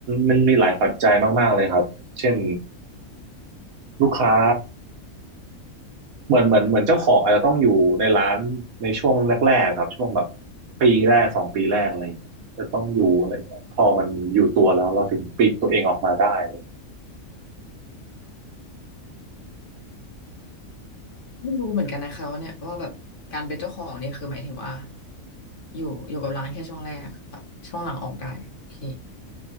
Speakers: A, on the right (about 85°); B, on the left (about 45°).
A: มันมีหลายปัจจัยมากๆเลยครับเช่นลูกค้าเหมือนเหมือนเหมือนเจ้าของอาจจะต้องอยู่ในร้านในช่วงแรกๆครับช่วงแบบปีแรกสองปีแรกอะไรอย่างเงี้ยจะต้องอยู่อะไรอย่างเงี้ยพอมันอยู่ตัวแล้วเราถึงปลีกตัวเองออกมาได้อะไรอย่างเงี้ย
B: ไม่รู้เหมือนกันนะคะว่าเนี่ยว่าแบบการเป็นเจ้าของเนี่ยคือหมายถึงว่าอยู่อยู่กับร้านแค่ช่วงแรกแบบช่วงหลังออกได้โอเค